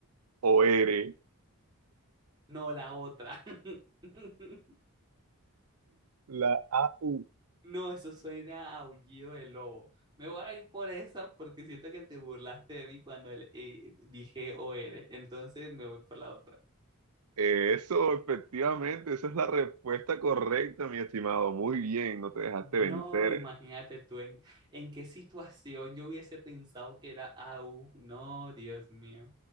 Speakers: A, on the right (about 85°); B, on the right (about 20°).
A: O eres
B: No, la otra. <laughs>
A: la A U.
B: No, eso suena a aullido de lobo. Me voy a ir por eso porque siento que te burlaste de mí cuando el- eh, dije OR. Entonces me voy por la otra.
A: Eso, efectivamente, esa es la respuesta correcta, mi estimado. Muy bien, no te dejaste
B: No,
A: vencer.
B: imagínate tú en, en qué situación yo hubiese pensado que era a u. No, Dios mío.